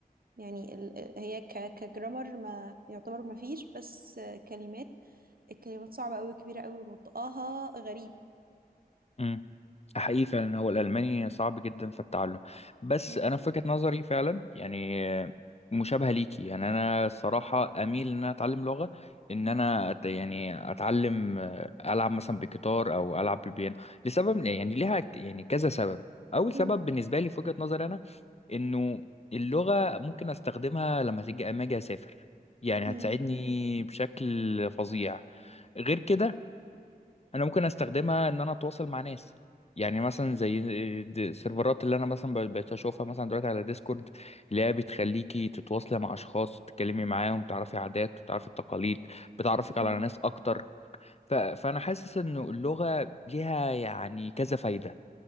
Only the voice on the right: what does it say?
يعني ال- هي ك كجرامر ما يعتبر ما فيش بس آه، كلمات الكلمات صعبه قوي كبيره قوي ونطقها غريب
مم.
مم.
مم.
مم.